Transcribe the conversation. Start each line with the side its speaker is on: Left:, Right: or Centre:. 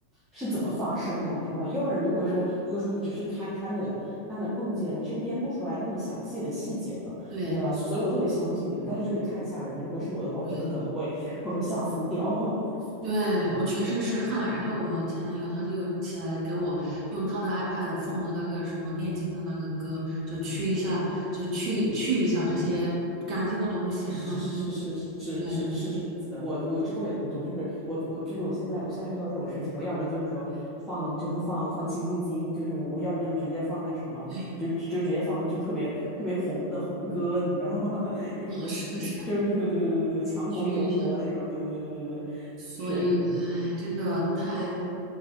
Centre: 是怎么发生的，你知道吧？要不然如果说如果说你只是堪堪的堪的碰见，你是编不出来那么详细的细节的，
Right: 对
Centre: 你知道吧？所以我特别相信你，但是这个也太吓人了如果是我的话，我真的可能会会被吓疯掉。
Right: 对。
Centre: <laughs>
Right: 对，我全身是汗，然后我前男友他就起来给我用他的 iPad 放的那个什么念经的那个歌，就去一下，
Centre: 嗯，
Right: 就去去一下这些不干净的东西，
Centre: 嗯。是是是是是是是这样子的，
Right: 然后对
Centre: 我我之后也这么做，就是我我其实我现在我现在遇到这种事情，我要么就是说放就是放放清静音，就是我我要么就直接放那什么，
Right: 对，
Centre: 就就直接放就特别特别红的红歌，你知道吗？<laughs> 就什么
Right: 啊是的，
Centre: <laughs> 就是对对对对对对对，
Right: 是的，
Centre: 强国有我那种，
Right: 去一下，
Centre: 对对对对对对，
Right: 所以哎，
Centre: 是，
Right: 真的太，